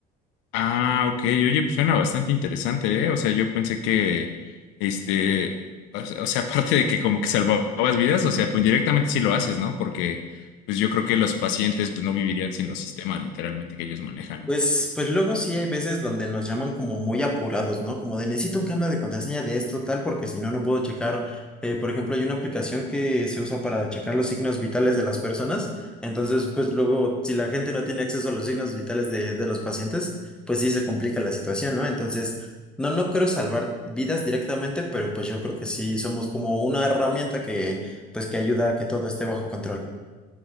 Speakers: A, on the left; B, in the centre.
A: Ah, ok, oye, pues suena bastante interesante, ¿eh? O sea, yo pensé que, este, o, sea, o sea, <laughs> aparte de que como que salvabas vidas, o sea, pues directamente sí lo haces, ¿no? Porque, pues yo creo que los pacientes, pues no vivirían sin los sistemas, literalmente, que ellos manejan,
B: Pues,
A: entonces.
B: pues luego sí hay veces donde nos llaman como muy apurados, ¿no? Como de necesito un cambio de contraseña de esto, tal, porque si no, no puedo checar. Eh, por ejemplo, hay una aplicación que se usa para checar los signos vitales de las personas. Entonces, pues luego, si la gente no tiene acceso a los signos vitales de, de los pacientes, pues sí se complica la situación, ¿no? Entonces, no, no creo salvar vidas directamente, pero pues yo creo que sí somos como una herramienta que, pues que ayuda a que todo esté bajo control.